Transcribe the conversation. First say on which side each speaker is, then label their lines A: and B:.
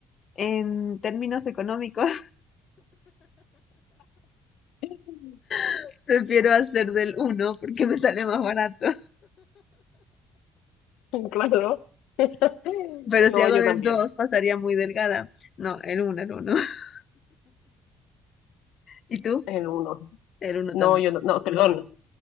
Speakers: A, on the left; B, on the left.
A: en términos económicos,
B: <laughs>
A: <laughs> prefiero hacer del uno porque me sale más barato.
B: Claro. <laughs>
A: Pero
B: No,
A: si hago
B: yo
A: del
B: también.
A: 2 pasaría muy delgada. No, el uno, el uno. <laughs> ¿Y tú?
B: El uno.
A: El uno
B: No,
A: también.
B: yo no, no, perdón.